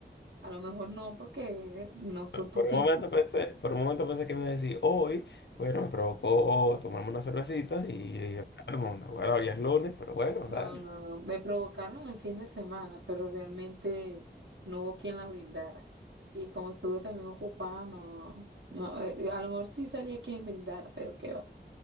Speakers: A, on the right; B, on the left.
A: a lo mejor no, porque no son tu
B: Por
A: tipo.
B: un momento pensé, por un momento pensé que me iba a decir, hoy, bueno, me provocó tomarme una cervecita y, y el mundo. Bueno, hoy es lunes, pero bueno,
A: No,
B: dale.
A: no, no. Me provocaron el fin de semana, pero realmente no hubo quien la brindara. Y como estuve también ocupada, no, no, eh, a lo mejor sí salía quien brindara, pero qué va,